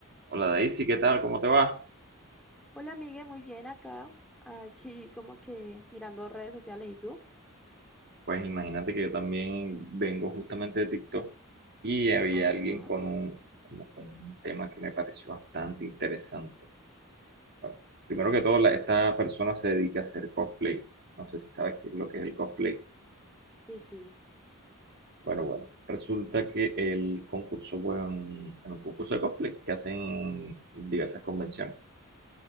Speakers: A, on the right (about 50°); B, in the centre.
A: Hola Daisy, ¿qué tal? ¿Cómo te va?
B: Hola, Miguel, muy bien acá. Aquí como que mirando redes sociales. ¿Y tú?
A: Pues imagínate que yo también vengo justamente de TikTok y había
B: Ajá.
A: alguien con un, como con un tema que me pareció bastante interesante. Bueno, primero que todo, la- esta persona se dedica a hacer cosplay. No sé si sabes qué es lo que es el cosplay.
B: Sí, sí.
A: Bueno, bueno, resulta que el concurso fue en, en un concurso de cosplay que hacen en diversas convenciones